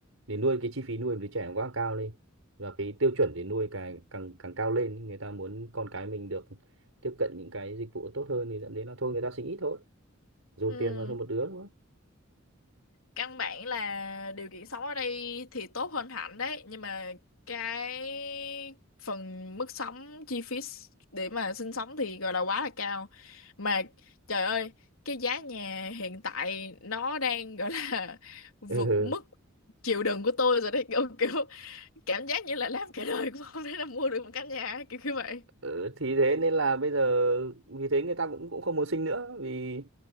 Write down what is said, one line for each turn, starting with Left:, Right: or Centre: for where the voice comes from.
Right: để nuôi cái chi phí nuôi đứa trẻ nó quá cao lên và cái tiêu chuẩn để nuôi càng càng càng cao lên người ta muốn con cái mình được tiếp cận những cái dịch vụ tốt hơn thì dẫn đến là thôi người ta sinh ít thôi dồn
Left: ừ,
Right: tiền vào cho một đứa thôi
Left: căn bản là điều kiện sống ở đây thì tốt hơn hẳn đấy nhưng mà cái phần mức sống chi phí s- để mà sinh sống thì gọi là quá là cao mà trời ơi cái giá nhà hiện tại nó đang gọi là <laughs> vượt
Right: <laughs>
Left: mức chịu đựng của tôi rồi đấy kiểu, kiểu cảm giác như là làm cả đời cũng không thể là mua được một căn nhà kiểu như vậy
Right: Ờ, thì thế nên là bây giờ vì thế người ta cũng cũng không muốn sinh nữa vì